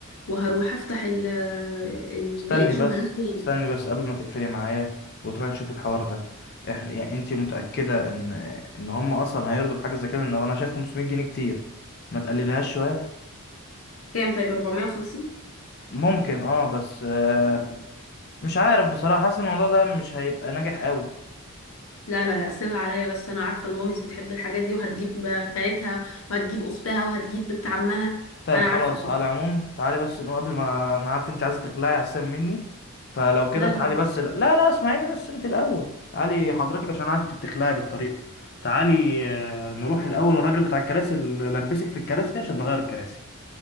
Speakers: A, on the left; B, on the left.
A: وهروح افتح ال- البيج
B: استني بس
A: وهنزل
B: استني بس قبل ما تقفلي معايا وتروحي تشوفي الحوار ده احنا يعني انت متاكده ان ان هم اصلا هيرضوا بحاجه زي كده ان انا شايف 500 جنيه كتير ما تقللهاش شويه
A: كام طيب 450
B: ممكن اه بس آه مش عارف بصراحه حاسس إن الموضوع ده مش هيبقى ناجح قوي
A: لا لا لا سيبها عليا بس انا عارفة الماميز بتحب الحاجات دي وهتجيب خالتها وهتجيب اختها وهتجيب بنت عمها
B: طيب
A: انا
B: خلاص
A: عارفة بجد
B: على العموم تعالي بس انه قبل ما انا عارف انت عايزه تقلعي احسن مني فلو كده
A: لا
B: تعالي
A: لا لا
B: بس لا لا لا، اسمعيني بس انت الاول تعالي حضرتك عشان عارف انت بتخلعي بالطريقه تعالي آه، نروح الاول الراجل بتاع الكراسي اللي لبسك في الكراسي دي عشان نغير الكراسي